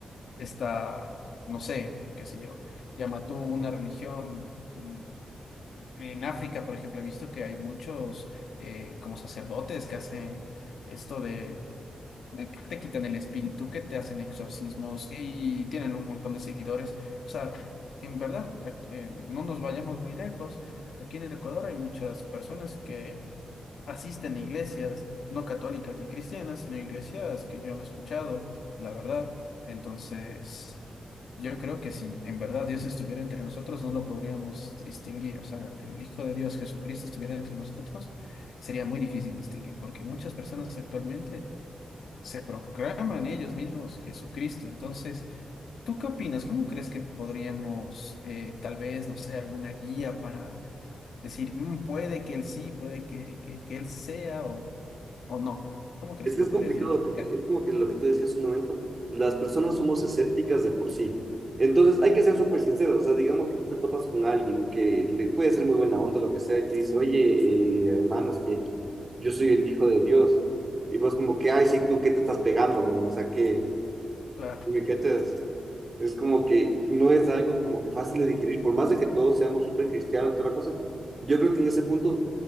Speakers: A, on the left; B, on the right.
A: esta, no sé, qué sé yo, llama tú una religión. mm, En África, por ejemplo, he visto que hay muchos eh, como sacerdotes que hacen esto de de que te quitan el espíritu, que te hacen exorcismos y, tienen un montón de seguidores. O sea, en verdad, aquí- eh, no nos vayamos muy lejos. Aquí en el Ecuador hay muchas personas que asisten a iglesias, no católicas ni cristianas, sino iglesias que yo no he escuchado, la verdad. Entonces, yo creo que si en verdad Dios estuviera entre nosotros, no lo podríamos distinguir. O sea, el Hijo de Dios Jesucristo estuviera entre nosotros, sería muy difícil distinguir, porque muchas personas actualmente se proclaman ellos mismos Jesucristo. Entonces, ¿tú qué opinas? ¿Cómo crees que podríamos, eh, tal vez, no sé, alguna guía para decir, "Mm, puede que él sí, puede que, que, que él sea o, o no? ¿Cómo crees
B: Es
A: que
B: que
A: lo
B: es
A: podrías
B: complicado
A: identificar?
B: porque es como que lo que tú decías hace un momento, las personas somos escépticas de por sí. Entonces hay que ser súper sinceros, o sea, digamos que tú te topas con alguien que le puede ser muy buena onda, lo que sea, y te dice, oye, eh, hermano, es que yo soy el hijo de Dios. Y vos como que, ay, sí, tú, ¿qué te estás pegando? weón? O sea, ¿qué,
A: Claro,
B: qué te, es como que no es algo como que fácil de digerir, por más de que todos seamos súper cristianos, toda la cosa, yo creo que en ese punto